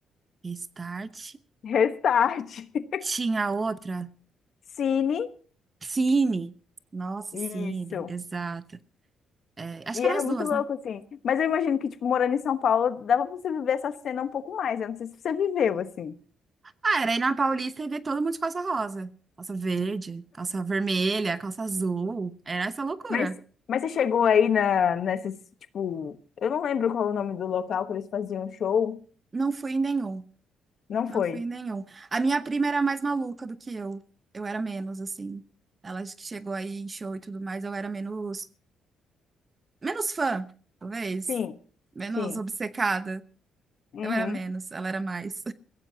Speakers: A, on the right; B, on the left.
A: Restart.
B: <laughs> Restart. <laughs>
A: Tinha outra.
B: Cine.
A: Cine. Nossa,
B: Isso.
A: Cine. Exato. É, acho
B: E
A: que eram
B: era
A: as
B: muito
A: duas,
B: louco,
A: né?
B: assim. Mas eu imagino que, tipo, morando em São Paulo, dava pra você viver essa cena um pouco mais. Eu não sei se você viveu, assim.
A: Ah, era ir na Paulista e ver todo mundo de calça rosa. Calça verde, calça vermelha, calça azul. Era essa loucura.
B: Mas, mas você chegou aí na, nesses, tipo... Eu não lembro qual é o nome do local que eles faziam show.
A: Não fui em nenhum.
B: Não
A: Não
B: foi?
A: fui em nenhum. A minha prima era mais maluca do que eu. Eu era menos, assim. Ela acho que chegou aí em show e tudo mais. Eu era menos... Menos fã, talvez.
B: Sim.
A: Menos
B: Sim.
A: obcecada.
B: Uhum.
A: Eu era menos. Ela era mais.